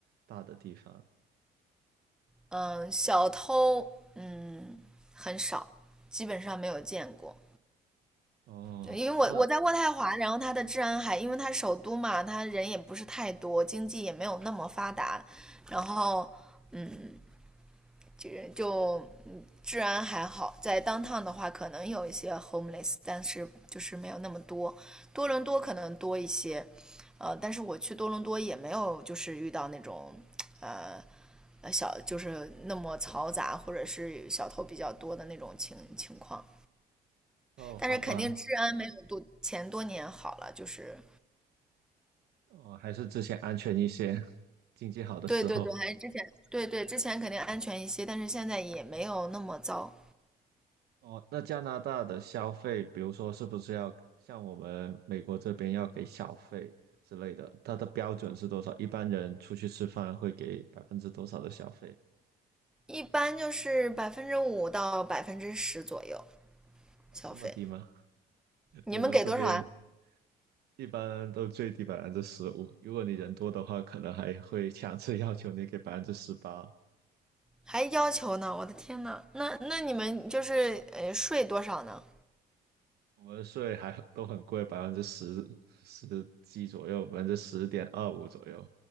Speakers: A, on the right; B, in the centre.
A: 大的地方？
B: 嗯，小偷，嗯，很少，基本上没有见过。
A: 哦，
B: 因为我我在渥太华，
A: 那
B: 然后它的治安还，因为它首都嘛，它人也不是太多，经济也没有那么发达，然后嗯，这个就治安还好。在 downtown 的话，可能有一些 homeless，但是就是没有那么多。多伦多可能多一些，呃，但是我去多伦多也没有就是遇到那种呃呃小就是那么嘈杂或者是小偷比较多的那种情情况。
A: 哦，好吧。
B: 但是肯定治安没有多前多年好了，就是
A: 哦，还是之前安全一些，经济好的时候。
B: 对对对，还是之前对对之前肯定安全一些，但是现在也没有那么糟，
A: 哦，那加拿大的消费，比如说是不是要像我们美国这边要给小费之类的？它的标准是多少？一般人出去吃饭会给百分之多少的小费？
B: 一般就是百分之五到百分之十左右
A: 哦，
B: 消费。
A: 这么低吗？<laughs>
B: 你们给多少啊？
A: 我们这边一般都最低百分之十五，如果你人多的话，可能还会强制要求你给百分之十八。
B: 还要求呢？我的天呐，那那你们就是呃税多少呢？
A: 我们税还都很贵，百分之十十几左右，百分之十点二五左右。